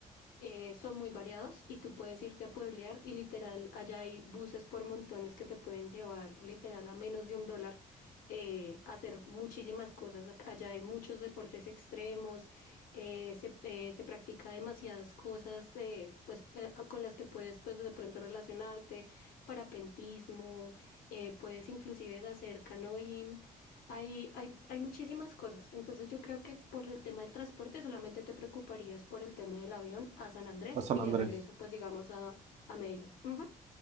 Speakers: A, on the left (about 85°); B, on the right (about 50°).
A: eh, son muy variados y tú puedes irte a pueblear y literal, allá hay buses por montones que te pueden llevar literal a menos de un dólar eh, a hacer muchísimas cosas. Ac- Allá hay muchos deportes extremos, eh, se, eh, se practica demasiadas cosas eh, pues, eh, con las que puedes pues, de pronto relacionarte, parapentismo, eh, puedes inclusive hacer canoeing. Hay, hay, hay muchísimas cosas. Entonces yo creo que por el tema del transporte solamente te preocuparías por el tema del avión a San Andrés
B: A San
A: y
B: Andrés.
A: de regreso, pues digamos, a, a Medellín. Ujú.